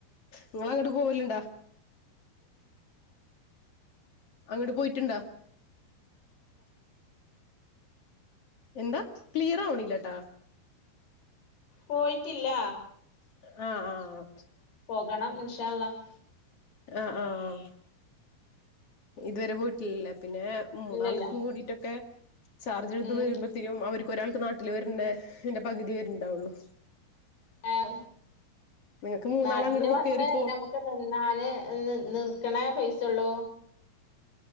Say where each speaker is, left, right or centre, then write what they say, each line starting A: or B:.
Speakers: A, on the left; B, on the left.
A: ഇങ്ങള അങ്ങട്ട് പോവല്ണ്ടോ അങ്ങട്ട് പോയ്ട്ട്ണ്ടാ എന്താ ക്ലിയറാവ്ണ്ല്ലട്ടാ
B: പോയിട്ടില്ല
A: ആ ആ
B: പോകണം ഇൻഷാഅല്ലാഹ്
A: ആ ആഹ് ഇതുവരെ പോയിട്ടില്ലല്ലേ പിന്നേ മൂന്നാൾക്കും
B: ഇല്ലല്ല
A: കൂടിട്ടൊക്കെ ചാർജെടുത്ത്
B: ഉം
A: വരുമ്പോഴത്തേനും അവർക്കൊരാൾക്ക് നാട്ടില് വര്ണ്ന്റെ പകുതി വരണ്ടാവുള്ളു
B: ആഹ്
A: നിങ്ങക്ക് മൂന്നാള്
B: നാട്ടില്
A: അങ്ങോട്ട്
B: വന്ന്
A: കേറിപ്പോ
B: നമ്മുക്ക് നിന്നാല് നിർക്കണേ പൈസൊള്ളൂ